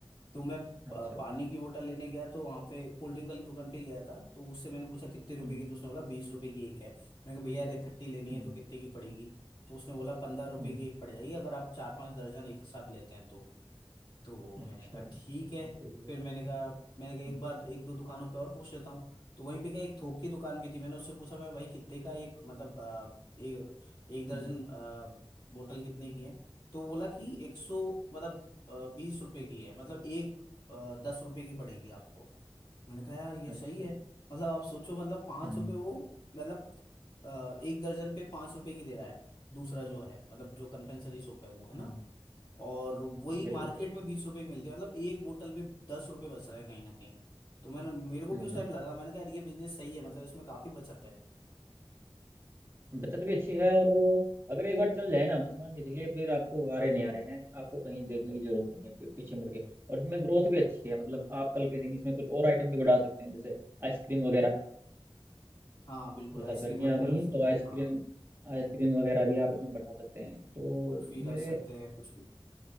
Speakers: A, on the left; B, on the right.
A: तो मैं अ,
B: अच्छा
A: पानी की बोतल लेने गया तो वहां पे कोल्ड ड्रिंक वाली दुकान पे गया था तो उससे मैंने पूछा कितने रुपए
B: हम्म
A: की तो उसने बोला बीस रुपए की एक है मैंने कहा भैया यार एक खट्टी लेनी
B: हम्म
A: है तो कितने की पड़ेगी तो उसने बोला पंद्रह रुपए
B: हम्म
A: की एक पड़ जाएगी अगर आप चार पांच दर्जन एक साथ लेते हैं तो तो मैंने
B: अच्छा
A: कहा ठीक है
B: देख लो
A: फिर मैंने कहा मैंने कहा एक
B: हम्म,
A: बार एक दो दुकानों पे और पूछ लेता हूँ तो वहीं पे क्या एक थोक की दुकान भी थी मैंने उससे पूछा मैं भाई कितने का एक मतलब अ, एक एक दर्जन
B: हम्म,
A: अ, बोतल कितने की है तो वो बोला कि एक सौ मतलब अ, बीस रुपए की है मतलब एक अ, दस रुपए की पड़ेगी आपको मैंने कहा यार ये
B: अच्छा
A: सही है मतलब आप सोचो मतलब पाँच
B: हम्म
A: रुपए वो मतलब अ, एक दर्जन पे पाँच रुपए की दे रहा है दूसरा जो है मतलब जो कन्फेक्शनरी शॉप है वो है
B: हम्म,
A: ना और वही
B: बिल्कुल
A: मार्केट
B: बिल्कुल
A: में बीस रुपए की मिलती है मतलब एक बोतल पे दस रुपए बच रहा है कहीं ना कहीं तो मैंने मेरे को
B: हम्म
A: भी उस टाइम
B: हम्म।
A: लगा मैंने कहा यार ये बिजनेस सही है मतलब इसमें काफी बचत है
B: बचत भी अच्छी है और वो अगर एक बार चल जाए ना आप बस मान के चलिए फिर आपको आ रहे नहीं आ रहे हैं आपको कहीं देखने की जरूरत नहीं है फिर पीछे मुड़ के और इसमें ग्रोथ भी अच्छी है मतलब आप कल के दिन इसमें कुछ और आइटम भी बढ़ा सकते हैं जैसे आइसक्रीम वगैरह
A: हाँ बिल्कुल
B: जैसे
A: आइसक्रीम
B: आप गर्मियाँ
A: वगैरह
B: आ गई
A: रख
B: हैं
A: सकते
B: तो आइसक्रीम
A: हैं हाँ
B: आइसक्रीम वगैरह भी आप इसमें बढ़ा सकते हैं तो
A: कुल्फी
B: मेरे
A: रख सकते हैं कुछ भी